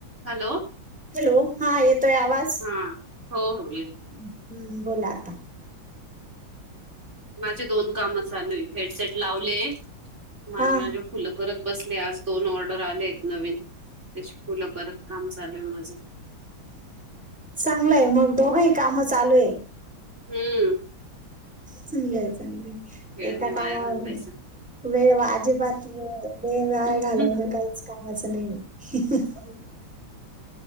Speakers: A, on the right; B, in the centre.
A: Hello
B: hello. हा येतोय आवाज?
A: हा हो हो येतो
B: हम्म. बोला आता.
A: माझे दोन काम चालूए. हेडसेट लावले- माझे
B: हा
A: माझे फुलं करत बसले. आज दोन ऑर्डर आल्यायेत नवीन. त्याची फुलं करत काम चालूय माझं.
B: चांगलंय मग दोघही काम चालू आहे.
A: हम्म.
B: चांगलय चांगलय
A: वेळाने
B: एका
A: वाया
B: कामावर
A: घालवायचं
B: म- वेळ अजिबात. मी वेळ वाया
A: हम्म
B: घालवण काहीच कामाचं नाही. <inaudible>